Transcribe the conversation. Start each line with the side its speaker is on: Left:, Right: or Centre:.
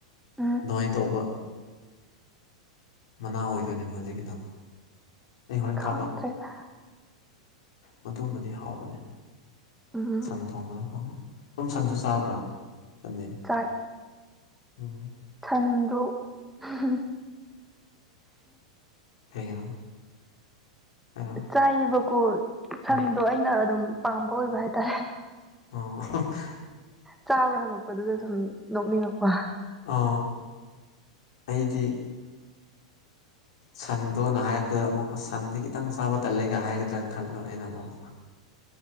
Centre: ꯎꯝ
Left: ꯑꯗꯨꯃꯥꯏꯅ ꯇꯧꯕ ꯃꯅꯥ ꯑꯣꯏꯗꯣꯏꯅꯦꯕ ꯍꯧꯖꯤꯛꯀꯤꯗꯣ ꯑꯩ ꯍꯣꯔꯦꯟ
Centre: ꯈꯪꯗ꯭ꯔꯦꯗ
Left: ꯀꯥꯞꯄꯒꯦ ꯃꯗꯨꯃꯗꯤ ꯍꯥꯎꯕꯅꯦ
Centre: ꯎꯝ
Left: ꯁꯟ ꯊꯣꯡꯕꯗꯀꯣ ꯁꯨꯝ ꯁꯟꯁꯨ ꯆꯥꯕ꯭ꯔꯥ ꯅꯪꯗꯦ
Centre: ꯆꯥꯏ
Left: ꯎꯝ
Centre: ꯁꯟꯗꫭ <unintelligible>
Left: ꯀꯩꯒꯤꯅꯣ ꯍꯥꯏꯔꯣ
Centre: ꯆꯥꯏꯌꯦꯕꯀꯣ ꯁꯟꯗꯣ
Left: ꯎꯝ
Centre: ꯑꯩꯅ ꯑꯗꯨꯝ ꯄꯥꯝꯕ ꯑꯣꯏꯕ ꯍꯥꯏꯇꯥꯔꯦ
Left: ꯑꯣ <unintelligible>
Centre: ꯆꯥꯕ꯭ꯔꯥ ꯍꯪꯉꯛꯄꯗꯨꯗ ꯁꯨꯝ ꯅꯣꯛꯅꯤꯡꯉꯛꯄ
Left: ꯑ ꯑꯩꯗꯤ ꯁꯟꯗꯣꯅ ꯍꯥꯏꯔꯛꯄꯗ ꯑꯃꯨꯛ ꯁꯟꯗꯤ ꯈꯤꯇꯪ ꯆꯥꯕ ꯇꯜꯂꯦꯒ ꯍꯥꯏꯒꯗ꯭ꯔꯅ ꯈꯜꯂ ꯑꯩꯅ ꯑꯃꯨꯛ